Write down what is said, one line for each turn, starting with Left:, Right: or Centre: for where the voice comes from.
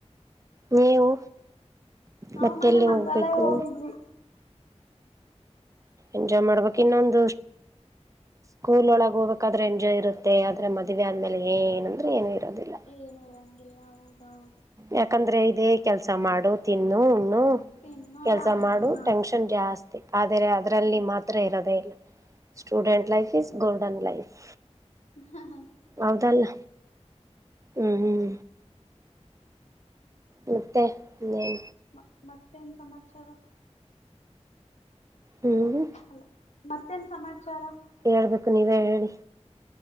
Right: ನೀವು
Left: ನಾವು
Right: ಮತ್ತೆ
Left: ಮೊನ್ನೆ
Right: ಎಲ್ಲಿ
Left: ಮಂತ್ರಾಲಯ
Right: ಹೋಗ್ಬೇಕು.
Left: ಹೋಗಿದ್ವಿ
Right: ಎಂಜಾಯ್ ಮಾಡ್ಬೇಕ್ ಇನ್ನೊಂದು. ಸ್ಕೂಲ್ ಒಳಗೆ ಹೋಗಬೇಕಾದ್ರೆ ಎಂಜಾಯ್ ಇರುತ್ತೆ ಆದ್ರೆ ಮದ್ವೆ ಆದ್ಮೇಲೆ ಏನಂದ್ರೆ ಏನು ಇರೋದಿಲ್ಲ.
Left: ಏನು ಇರಂಗಿಲ್ಲ ಹೌದೌದು.
Right: ಯಾಕಂದ್ರೆ ಇದೆ ಕೆಲ್ಸ ಮಾಡು ತಿನ್ನು, ಹುಣ್ಣು,
Left: ಇನ್ನು
Right: ಕೆಲ್ಸ
Left: ಹಾ ಹಾ
Right: ಮಾಡು
Left: ಹಾ
Right: ಟೆನ್ಷನ್ ಜಾಸ್ತಿ. ಆದರೆ ಅದರಲ್ಲಿ
Left: ಜಾಸ್ತಿ
Right: ಮಾತ್ರ
Left: ಜಾಸ್ತಿ
Right: ಇರೋದೇ ಇಲ್ಲ student life is golden life
Left: ಹಾ ಹಾ
Right: ಹೌದಲ್ಲ ಹ್ಮ್ ಹ್ಮ್ ಮತ್ತೆ ಇನ್ನೇನ
Left: ಮ ಮತ್ತೇನ್ ಸಮಾಚಾರ
Right: ಹೇಳಿ
Left: ಅಲ ಮತ್ತೇನ್ ಸಮಾಚಾರ
Right: ಹೇಳ್ಬೇಕು ನೀವ ಹೇಳಿ